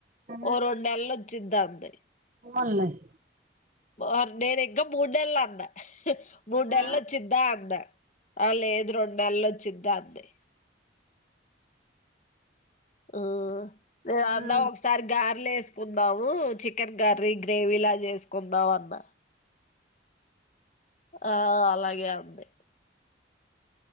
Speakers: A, on the right; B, on the left.
A: ఆ
B: ఒ రొండు నెల్ ఒచిద్దంది
A: ఫోన్లయ్
B: ఓర్ నేను ఇంకా మూడు నెల్ అన్న మూడు నెల్
A: ఆ
B: ఒచ్చిద్దా అన్నా ఆ లేదు రొం నెలు వచ్చిద్దాంది ఆ నేనన్న
A: ఆ
B: ఒకసారి గార్లు ఎస్ కుందాము చికెన్ కర్రీ గ్రేవీ లా చేసుకుందాం అన్న ఆ అలాగే అంది